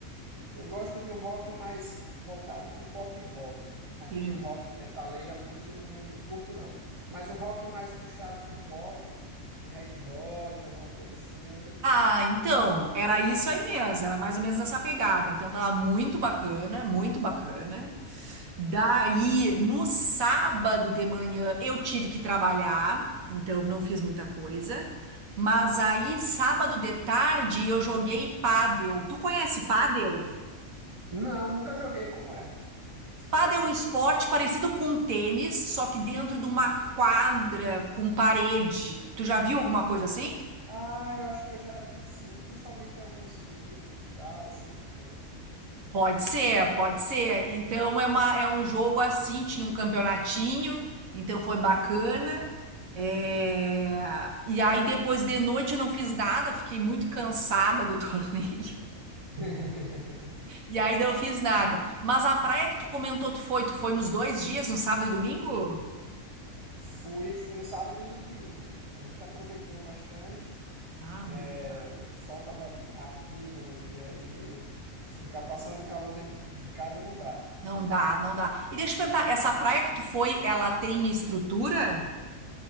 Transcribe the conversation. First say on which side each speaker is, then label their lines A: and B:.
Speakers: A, on the right; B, on the right.
A: eu gosto de um rock mais voltado pro pop rock. Aquele
B: Entendi.
A: rock metaleira muito não, não curto não, mas um rock mais puxado pro pop, um Red Hot, alguma coisa assim, eu ainda curto.
B: Ah, então, era isso aí mesmo, era mais ou menos essa pegada. Então tava muito bacana, muito bacana. Daí, no sábado de manhã, eu tive que trabalhar, então não fiz muita coisa. Mas aí, sábado de tarde, eu joguei pádel. Tu conhece pádel?
A: Não, nunca joguei como é. Explica
B: Pádel
A: um pouquinho.
B: é um esporte parecido com tênis, só que dentro de uma quadra com parede. Tu já viu alguma coisa assim?
A: Ah, eu acho que eu já vi sim, principalmente em alguns filmes e tal, sempre tem.
B: Pode ser, pode ser. Então é uma, é um jogo assim, tinha um campeonatinho, então foi bacana. É, E aí depois de noite eu não fiz nada, fiquei muito cansada do <laughs> torneio.
A: <laughs>
B: E aí não fiz nada. Mas a praia que tu comentou, tu foi, tu foi nos dois dias, no sábado e domingo?
A: Fui, fui no sábado e no domingo. A gente aproveitou bastante.
B: Ah,
A: Ah, é,
B: bu-
A: o sol tava a pino e aí tu- ficar passando calor dentro de casa não dá.
B: não dá, não dá. E deixa eu te perguntar, essa praia que tu foi, ela tem estrutura?